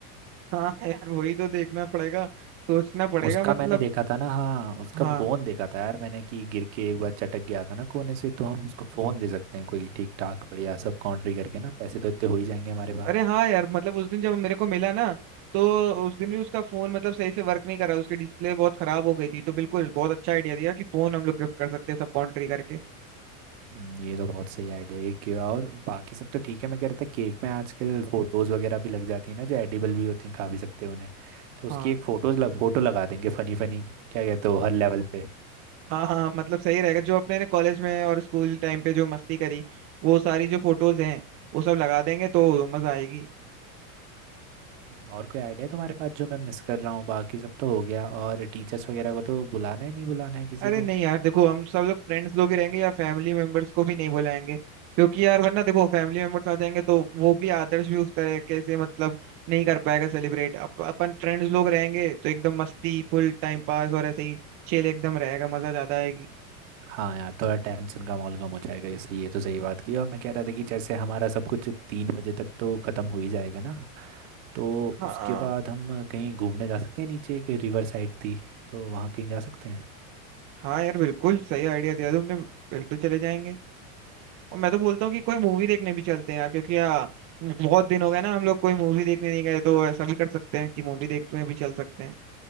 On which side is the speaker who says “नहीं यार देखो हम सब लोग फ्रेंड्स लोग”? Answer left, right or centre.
Right